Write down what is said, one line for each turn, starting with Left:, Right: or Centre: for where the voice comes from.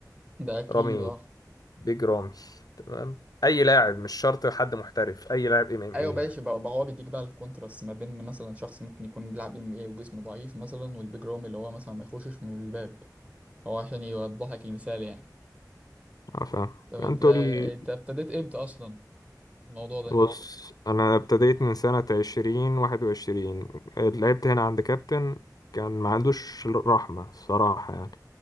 Right: ده اكيد
Left: رامي
Right: اه
Left: بيج رامي تمام اي لاعب مش شرط حد محترف اي لاعب ام ام
Right: ايوه
Left: اي
Right: ماشي
Left: يعني
Right: بقى بقى هو بيديك بقى الكونتراست ما بين مثلا شخص ممكن يكون بيلعب ام ايه وجسمه ضعيف مثلا والبيج رامي اللي هو مثلا ما يخشش من الباب هو عشان يوضح لك المثال يعني
Left: اه فاهم
Right: طب انت
Left: انتوا ال...
Right: انت ابتديت امتى اصلا الموضوع ده
Left: بص انا ابتديت من سنة عشرين واحد وعشرين لعبت هنا عند كابتن كان ما عندوش رحمة الصراحة يعني